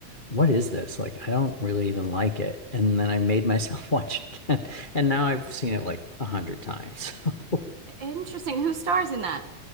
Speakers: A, on the left (about 60°); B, on the right (about 45°).
A: what is this? Like, I don't really even like it. And then I made myself <laughs> watch it again. And now I've seen it like a hundred times. <laughs> So
B: interesting. Who stars in that?